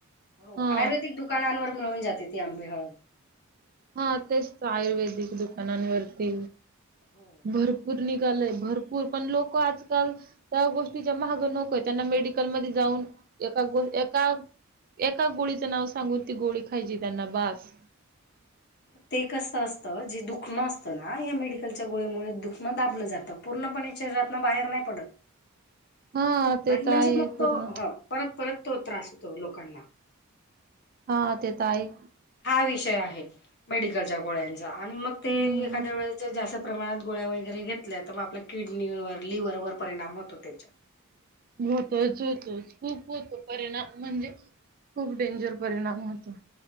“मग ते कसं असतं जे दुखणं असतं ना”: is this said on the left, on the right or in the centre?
Left